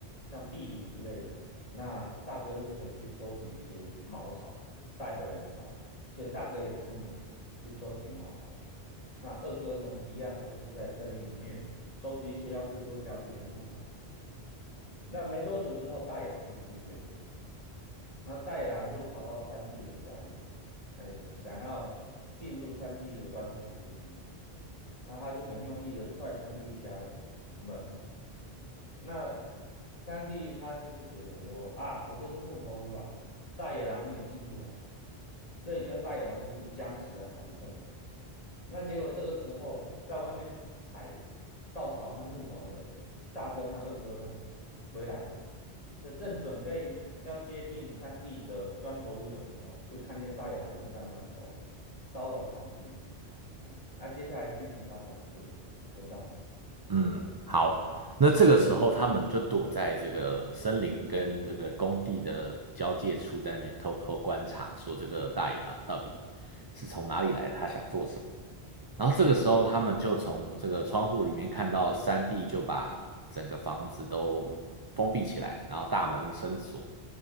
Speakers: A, on the left; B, on the right.
A: 像壁炉之类的，那大哥就可以去收集一些茅草带回来烧，所以大哥也出门去收集茅草。那二哥呢，一样就是在森林里面收集一些要制作家具的木材。那没多久之后，大野狼就出现，那大野狼就跑到三弟的家里，哎，想要进入三弟的砖头屋里面，那他就很用力的踹三弟家的门，那三弟他就是觉得说啊，我这是木头屋啦，大野狼你也进不来，所以跟大野狼就是僵持了好一阵子。那结果这个时候，在外面采采稻草和木头的大哥和二哥回来了，这正准备要接近三弟的砖头屋的时候，就看见大野狼正在门口骚扰三弟。嗯，那、接下来剧情发展就轮到你。
B: 嗯，好。那这个时候，他们就躲在这个森林跟这个工地的交界处，在那边偷偷观察，说这个大野狼到底是从哪里来的他想做什么。然后这个时候，他们就从这个窗户里面看到三弟就把整个房子都封闭起来，然后大门深锁。